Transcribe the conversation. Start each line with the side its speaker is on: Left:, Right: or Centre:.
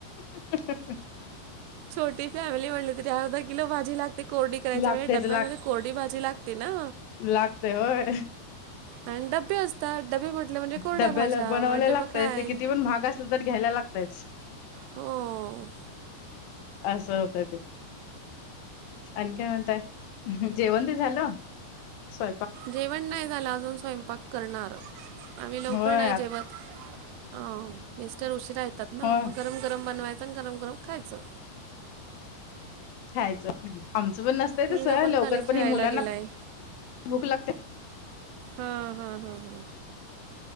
Left: ह
Right: छोटी फॅमिली म्हणली तरी अर्धा किलो भाजी लागते ते कोरडी करायची
Left: लागतयच
Right: म्हणजे डब्यांमध्ये कोरडी भाजी लागते ना
Left: लागते होय
Right: आणि डबे असतात डबे म्हटले म्हणजे कोरड्या
Left: डबब्याला
Right: भाज्या
Left: बनवला
Right: म्हणजे
Left: लाग
Right: मग काय
Left: किती पण भाग अस र घ्यायला लागतयच
Right: हो.
Left: असं होत ते आणि काय म्हणताय जेवण ते झालं स्व
Right: जेवण नाही झालं अजून स्वयंपाक करणार आम्ही लवकर
Left: होय
Right: नाही जेवत अ मिेस्टर उशीराहतात ना
Left: होय
Right: मग गरम गरम बनवायचं आणि गरम गरम खायचं
Left: छयचं आमचं पण नसतय
Right: मुलगा
Left: तस लवकर
Right: खाली
Left: पण
Right: खेळायला
Left: ह मुलांना
Right: गेलाय.
Left: भूक लागते
Right: हा हा हा हा